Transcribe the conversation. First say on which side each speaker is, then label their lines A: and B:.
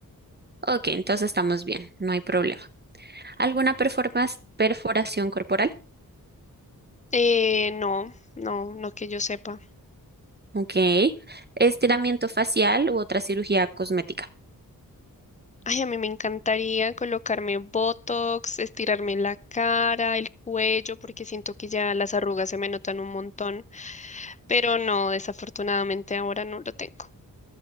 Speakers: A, on the right; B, on the left.
A: ok, entonces estamos bien, no hay problema. ¿Alguna performas- perforación corporal?
B: Eh, no, no, no que yo sepa.
A: Ok. Estiramiento facial u otra cirugía cosmética.
B: Ay, a mí me encantaría colocarme Botox, estirarme la cara, el cuello, porque siento que ya las arrugas se me notan un montón, pero no, desafortunadamente ahora no lo tengo.